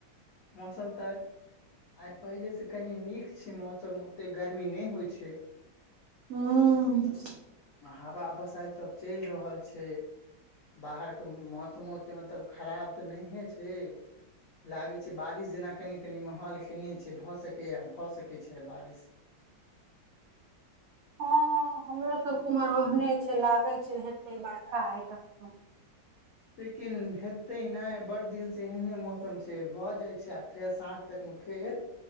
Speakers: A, on the left (about 70°); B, on the right (about 80°).
A: मौसम तऽ आइ पहिले से कनी नीक छै मौसम ओते गर्मी नहि होइ छै
B: हूँ
A: आ हवा बसैइत सब चलि रहल छै बाहर कऽ मौसमो तेऽ मऽ तऽ मतलब खराब तऽ नहिए छै लागे छै बारिश जेना कनि कनि माहौल केने छै भऽ सकैय यऽ भऽ सकैय छै आई बारिश
B: हँ हमरो अरके उम्हर ओहने छै लागैय छै हेतै बरखा आइ कखनो
A: लेकिन हेते नहि बड़ दिन से ऐहने मौसम छै भऽ जाय छै आ फेर साँझ तक मे फेर